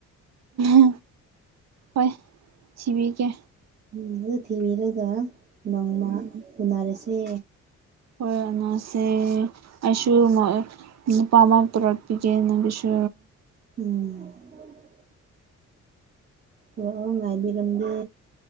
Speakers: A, on the right; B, on the right.
A: ꯎ ꯍꯣꯏ ꯁꯤꯕꯤꯒꯦ
B: ꯎꯝ ꯑꯗꯨ ꯊꯤꯕꯤꯔꯒ ꯅꯣꯡꯃ
A: ꯎꯝ
B: ꯎꯅꯔꯁꯦ
A: ꯍꯣꯏ ꯑꯅꯁꯦ ꯑꯩꯁꯨ ꯅꯨꯄꯥ ꯑꯃ ꯄꯨꯔꯛꯄꯤꯒꯦꯅꯒꯤꯁꯨ
B: ꯎꯝ ꯄꯨꯔ ꯉꯥꯏꯕꯤꯔꯝꯒꯦ